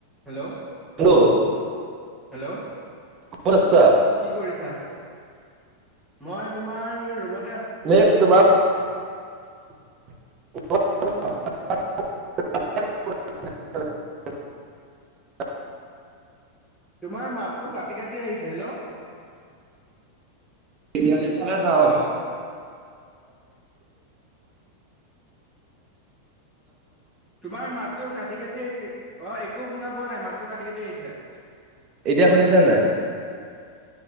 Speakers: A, in the centre; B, on the right.
A: হেল্ল'-হেল্ল'।
B: Hello ক'ত আছা?
A: কি কৰিছা, মই তোমাৰ ৰুমত
B: <unintelligible>
A: <inaudible>
B: <unintelligible> <unintelligible>
A: তোমাৰ মাতটো কাটি-কাটি আহিছে হেল্ল'।
B: তিনিয়ালীৰ ফালে যাওঁ।
A: হেল্ল' তোমাৰ মাতটো কাটি- কাটি আহিছে অ' একো শুনা পোৱা নাই মাতটো কাটি-কাটি আহিছে।
B: এতিয়া শুনিছান নে।